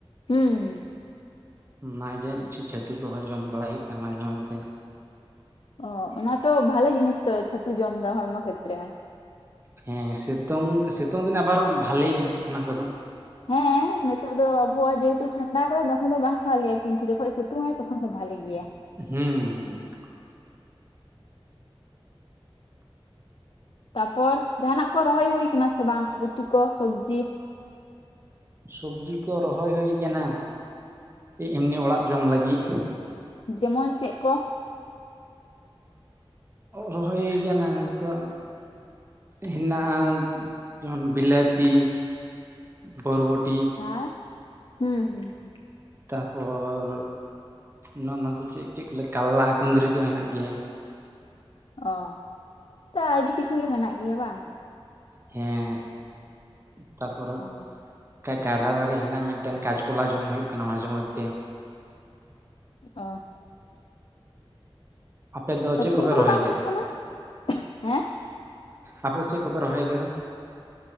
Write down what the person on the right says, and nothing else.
ᱚᱱᱟᱜᱮ ᱪᱷᱟᱛᱩ ᱠᱚᱦᱚᱸ ᱡᱚᱢ ᱵᱟᱲᱟᱭ ᱦᱩᱭᱩᱜ ᱠᱟᱱᱟ ᱢᱟᱡᱷᱮ ᱢᱚᱫᱽᱫᱷᱮ
ᱦᱮᱸ ᱥᱤᱛᱩᱝ ᱥᱤᱛᱩᱝ ᱫᱤᱱ ᱟᱵᱟᱨ ᱵᱷᱟᱞᱮᱮᱜᱼᱟ ᱚᱱᱟ ᱠᱚᱫᱚ
ᱦᱮᱸ ᱦᱮᱸ
ᱥᱚᱵᱡᱤ ᱠᱚ ᱨᱚᱦᱚᱭ ᱦᱩᱭ ᱠᱟᱱᱟ᱾ ᱮᱢᱱᱤ ᱚᱲᱟᱜ ᱡᱚᱢ ᱞᱟᱹᱜᱤᱫ
ᱨᱚᱦᱚᱭ ᱠᱟᱱᱟ ᱱᱤᱛᱚᱜ ᱦᱮᱱᱟᱜᱼᱟ ᱡᱮᱢᱚᱱ ᱵᱤᱞᱟᱹᱛᱤ ᱵᱚᱨᱵᱚᱴᱤ
ᱛᱟᱨᱯᱚᱨ ᱱᱚᱜᱼ ᱱᱚᱛ ᱪᱮᱫ ᱪᱮᱫ ᱠᱚᱮ ᱠᱟᱞᱞᱟ ᱠᱩᱸᱫᱽᱨᱤ ᱠᱚ ᱦᱮᱱᱟᱜ ᱜᱮᱭᱟ᱾
ᱦᱮᱸ ᱛᱟᱯᱚᱨ
ᱠᱟᱭᱨᱟ ᱫᱟᱨᱮ ᱦᱮᱱᱟᱜᱼᱟ ᱢᱤᱫᱴᱮᱱ ᱠᱟᱪᱠᱚᱞᱟ ᱡᱚᱢ ᱦᱩᱭᱩᱜ ᱠᱟᱱᱟ ᱢᱟᱡᱷᱮ ᱢᱚᱫᱽᱫᱷᱮ
ᱟᱯᱮ ᱫᱚ
ᱪᱮᱫ ᱠᱚᱯᱮ
ᱨᱚᱦᱚᱭ
ᱠᱟᱫᱟ
ᱟᱯᱮ ᱪᱮᱫ ᱠᱚᱯᱮ ᱨᱚᱦᱚᱭ ᱜᱮᱭᱟ ᱫᱟ